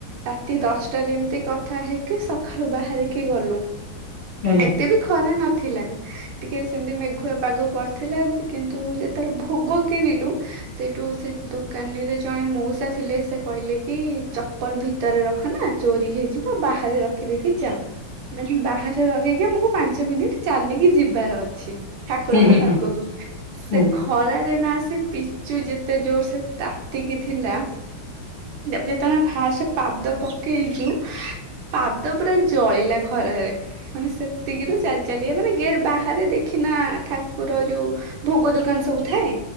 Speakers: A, on the right (about 85°); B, on the left (about 45°).
A: ରାତି ଦଶଟାରେ ଏମତି କଥା ହେଇକି ସ ଖାଳୁ ବାହାରିକି ଗଲୁ।
B: ଆଜ୍ଞା
A: ଏତେ ବି ଖରା ନ ଥିଲା। ଟିକେ ସେମିତି ମେଘୁଆ ପାଗ କରିଥିଲା। କିନ୍ତୁ ଯେତେବେଳେ ଭୋଗ କିଣିଲୁ, ସେଇଠୁ ସେ ଦୋକାନୀରେ ଜଣେ ମଉସା ଥିଲେ ସେ କହିଲେ କି ଚପଲ ଭିତରେ ରଖନା ଚୋରି ହେଇଯିବ। ବାହାରେ ରଖିଦେଇକି ଯାଅ। ମାନେ ବାହାରେ ରଖେଇକି ଆମକୁ ପାଞ୍ଚ ମିନିଟ ଚାଲିକି ଯିବାର ଅଛି। ଠାକୁରଙ୍କ
B: ହୁଁ ହୁଁ
A: ପାଖକୁ।
B: ହୁଁ
A: ସେ
B: ହୁଁ
A: ଖରାରେ ନ ଆସେ ପିଚୁ ଯେତେ ଜୋର ସେ ତା ତିକି ଥିଲା -- ଯେତେବେଳେ ଆମେ ଫାଷ୍ଟ ପାଦ ପକେଇଚୁ ପାଦ ପୁରା ଜଳିଲା ଖରାରେ। ମାନେ ସେତିକିରୁ ଚାଲି ଚାଲିକା ମାନେ ଗେଟ ବା ହାରେ ଦେଖିନା ଠାକୁର ଯୋଉ ଭୋଗ ଦୋକାନ ସବୁ ଥାଏ।